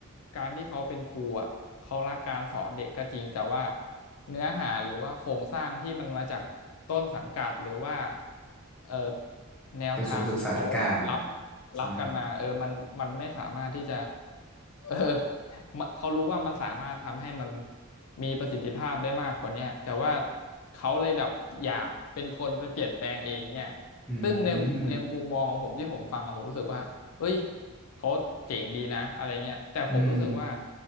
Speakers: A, on the left; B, in the centre.
A: การที่เขาเป็นครูอ่ะเขารักการสอนเด็กก็จริงแต่ว่าเนื้อหาหรือว่าโครงสร้างที่มันมาจากต้นสังกัดหรือว่าเออแนวทางที่เขารับ
B: กระทรวงศึกษาธิการใช่ไหมครับ
A: รับกันมาเออมันมันไม่สามารถที่จะเออ <laughs> มะเขารู้ว่ามันสามารถทำให้มัน มีประสิทธิภาพได้มากกว่าเนี้ยแต่ว่าเขาเลยแบบอยากเป็นคนไปเปลี่ยนแปลงเองเนี่ย
B: อื
A: ซึ่งในในมุมมองของผมที่ผมฟังอะผมรู้สึกว่าเอ้ย
B: ม
A: เขาเจ๋งดีนะอะไรเงี้ยแต่ผมรู้สึกว่า
B: อืม